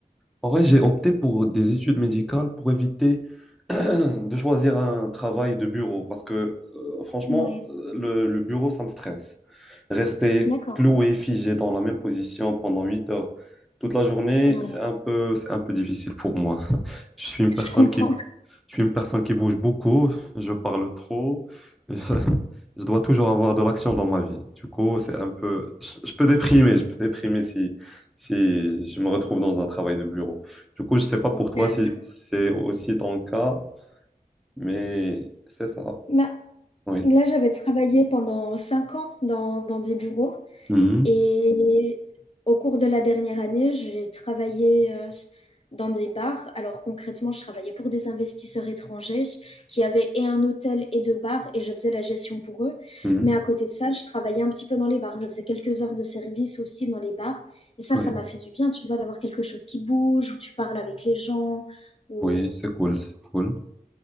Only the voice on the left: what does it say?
Ouais.
D'accord.
Ouais.
Je comprends.
Bon,
euh,
je-
bah,
là, j'avais travaillé pendant cinq ans dans, dans des bureaux.
Et au cours de la dernière année, j'ai travaillé euh, dans des bars. Alors concrètement, je travaillais pour des investisseurs étrangers qui avaient et un hôtel et deux bars et je faisais la gestion pour eux.
Mais à côté de ça, je travaillais un petit peu dans les bars. Je faisais quelques heures de service aussi dans les bars. Et ça,
ça m'a fait du bien, tu vois, d'avoir quelque chose qui bouge, où tu parles avec les gens, où